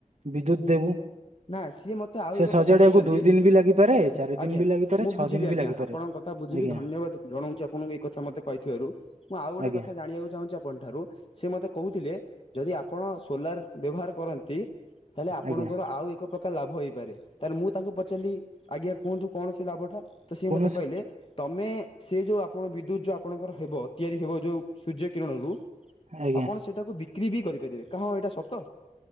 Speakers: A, on the right (about 55°); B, on the left (about 45°).
A: ବିଦ୍ୟୁତ ଦେବୁ।
B: ନା ସିଏ ମତେ ଆଉ
A: ସେ
B: ଏକ
A: ସଜାଡିବାକୁ
B: କଥା କହିଛନ୍ତି।
A: ଦୁଇ ଦିନ ବି ଲାଗିପାରେ ଚାରି ଦିନ
B: ଆଜ୍ଞା!
A: ବି ଲାଗିପାରେ
B: ମୁଁ
A: ଛଅ
B: ବୁଝିଲି
A: ଦିନ ବି
B: ଆଜ୍ଞା!
A: ଲାଗିପାରେ
B: ଆପଣଙ୍କ କଥା ବୁଝିଲି।
A: ଆଜ୍ଞା
B: ଧନ୍ୟବାଦ୍! ଜଣଉଛି ଆପଣଙ୍କୁ ଏଇ କଥା ମତେ କହିଥିବାରୁ, ମୁଁ ଆଉ ଗୋଟେ
A: ଆଜ୍ଞା
B: କଥା ଜାଣକୁ ଚାହୁଁଛି ଠାରୁ ସେ ମତେ କହୁଥିଲେ, ଯଦି ଆପଣ ସୋଲାର ବ୍ୟବହାର କରନ୍ତି ତାହେଲେ ଆପଣଙ୍କର
A: ଆଜ୍ଞା
B: ଆଉ ଏକ୍ ଏକ ପ୍ରକାର ଲାଭ ହେଇପାରେ। ତାହେଲେ, ମୁଁ ତାଙ୍କୁ ପଚାରିଲି, ଆଜ୍ଞା! କୁହନ୍ତୁ କଣ ସେ ଲାଭଟା। ତ, ସିଏ
A: କୌଣସି
B: ମୋତେ କହିଲେ। ତମେ ସେ ଯୋଉ ଆପଣ ବିଦ୍ୟୁତ, ଯୋଉ ଆପଣଙ୍କର ହେବ, ତିଆରି ହେବ ଯୋଉ ସୂର୍ଯ୍ୟ କିରଣରୁ।
A: ଆଜ୍ଞା
B: ଆପଣ ସେଇଟାକୁ ବିକ୍ରି ବି କରିପାରିବେ। କଅଁ ଏଇଟା ସତ?